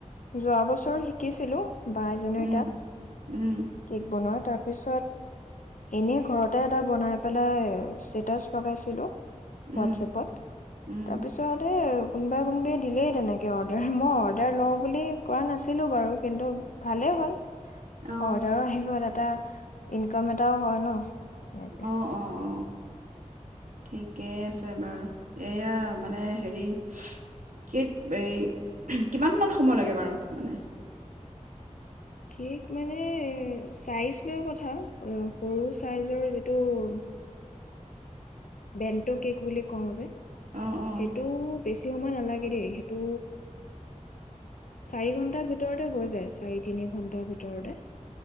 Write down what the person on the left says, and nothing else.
যোৱা বছৰ শিকিছিলোঁ। বা এজনীৰ
তাত।
কেক বনোৱা তাৰপিছত এনেই ঘৰতে এটা বনাই পেলাই ষ্টেটাচ লগাইছিলো। হোৱাটছএপত
তাৰপিছতে- কোনোবাই কোনোবাই দিলেই তেনেকৈ অৰ্ডাৰ মই অৰ্ডাৰ লওঁ বুলি কৰা নাছিলোঁ বাৰু কিন্তু ভালেই হ'ল।
অৰ্ডাৰো আহি গ'ল এটা ইনকাম এটাও হয় ন। এনেকে
কেক মানে চাইজ লৈও কথা সৰু চাইজৰ যিটো- বেণ্ট কেক বুলি কওঁ যে-
সেইটো- বেছি সময় নালাগে দেই সেইটো চাৰি ঘন্টাৰ ভিতৰতে হৈ যায় চাৰি তিনি ঘন্টাৰ ভিতৰতে।